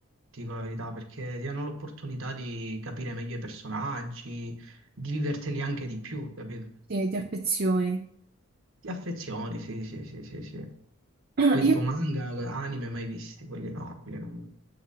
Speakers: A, on the right; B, on the right.
A: ti dico la verità, perché ti danno l'opportunità di capire meglio i personaggi, di viverteli anche di più, capito?
B: Sì, ti affezioni.
A: Ti affezioni, sì, sì, sì, sì, sì.
B: <clears throat>
A: Poi
B: Io
A: tipo manga, anime mai visti, quelli no, quelli non.